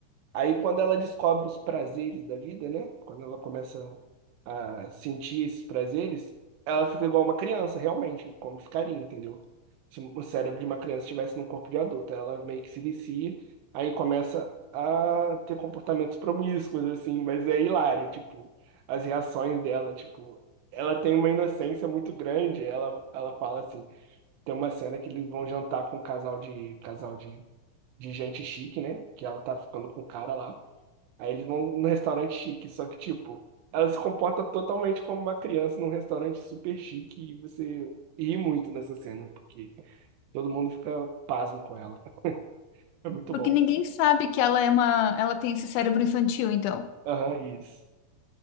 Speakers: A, on the right; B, on the left.
A: Aí, quando ela descobre os prazeres da vida, né? Quando ela começa a sentir esses prazeres, ela fica igual uma criança, realmente, como ficaria, entendeu? Se o cérebro de uma criança estivesse num corpo de adulto, ela meio que se vicia, aí começa a ter comportamentos promíscuos, assim, mas é hilário, tipo, as reações dela, tipo, ela tem uma inocência muito grande, ela, ela fala assim, tem uma cena que eles vão jantar com um casal de, casal de, de gente chique, né? Que ela tá ficando com o cara lá. Aí eles vão num restaurante chique, só que, tipo, ela se comporta totalmente como uma criança num restaurante super chique e você ri muito nessa cena, porque todo mundo fica pasmo com ela. <laughs> É muito
B: Porque
A: bom.
B: ninguém sabe que ela é uma, ela tem esse cérebro infantil, então.
A: Aham, isso.